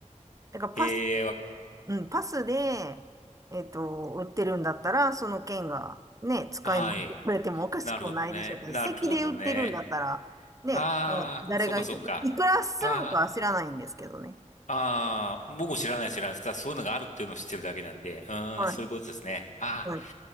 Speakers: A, on the right; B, on the left.
A: だからパス、
B: ええ、わ
A: うん、パスで、えっと、売ってるんだったら、その券がね、使い回さてれてもおかしくはないでしょうけど、
B: はい。なるほどね。なるほどね。
A: 席で売ってるんだったら、ね、
B: ああ、
A: もう誰がいても、
B: そうか、そうか。
A: いくらするのかは知らないんですけどね。
B: ああ。ああ、僕も知らない知らないただそういうのがあるっていうのを知ってるだけなんで、うーん、
A: はい。
B: そういうことですね。ああ、
A: はい。